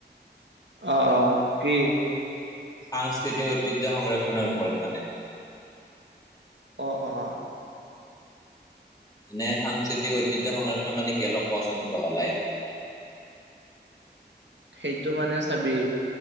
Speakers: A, on the right (about 85°); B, on the left (about 20°).
A: অ অ কি
B: সাংস্কৃতিক ঐতিহ্য সংৰক্ষণৰ ওপৰত মানে
A: অ অ অ
B: এনে সাংস্কৃতিক ঐতিহ্য সংৰক্ষণ মানে কি অলপ কচোন বহলাই
A: সেইটো মানে চাবি